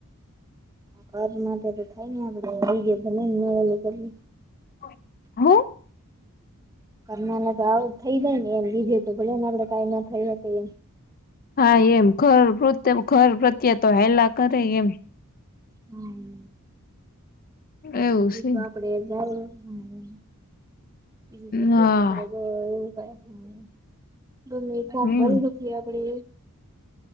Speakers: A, on the right; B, on the left.
A: કાર માટે તો થાય ને આપડે રહી જાએ તો નહીં એ કરે.
B: હા.
A: કરના તો આવું થઈ જાય ને એમ લીધે તો ભલે ને આપડે કઈ ના થઈ એમ.
B: હા એમ ખર પ્રત્ય ખર પ્રત્યે તો હેલા કરે એમ.
A: હમ્મ.
B: એવું છે
A: એ તો આપડે બોલ હા. બું તો
B: હા
A: છે આપડે એવું ગમે ફોમ
B: હમ
A: ભરી જે આપડે